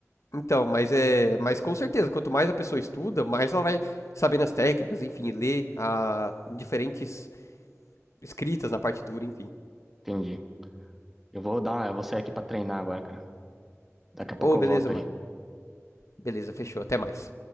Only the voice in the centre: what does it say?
Entendi. Eu vou dar, eu vou sair aqui pra treinar agora, cara. Daqui a pouco
eu
volto
aí.